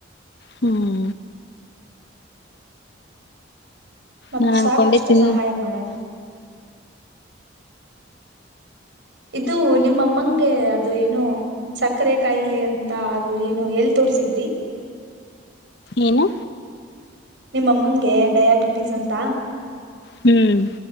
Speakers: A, on the left (about 55°); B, on the right (about 65°).
A: ಹ್ಮ್
B: ಮತ್
A: ನಾನ್
B: ಸಾಕಷ್ಟೆ
A: ಅನ್ಕೊಂಡೆ ತಿನ್
B: ಸಹಾಯ ಮಾಡದು ಇದು ನಿಮ್ಮ ಅಮ್ಮಂಗೆ ಅದು ಏನೋ ಸಕ್ಕರೆ ಕಾಯಿಲೆ ಅಂತ ಅದು ಏನು ಎಲ್ ತೋರ್ಸಿದ್ರಿ
A: ಏನು
B: ನಿಮ್ಮಮ್ಮಂಗೆ ಡಯಾಬಿಟೀಸ್ ಅಂತ
A: ಹ್ಮ್